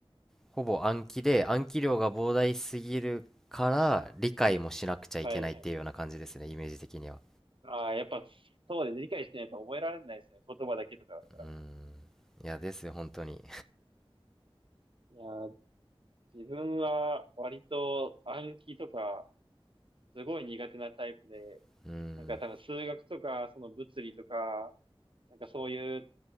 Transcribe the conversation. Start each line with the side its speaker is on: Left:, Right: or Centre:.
Centre: ほぼ暗記で、暗記量が膨大すぎるから、理解もしなくちゃいけないっていうような感じですね、
Right: はい。
Centre: イメージ的には。
Right: ああ、やっぱ、そうです。理解してないと覚えられないですね。言葉だけとかだったら。
Centre: うーん、いや、ですよ、本当に。
Right: いやー、自分は割と暗記とか、すごい苦手なタイプで、
Centre: <laughs> うーん、
Right: なんか多分数学とか、その物理とか、なんかそういう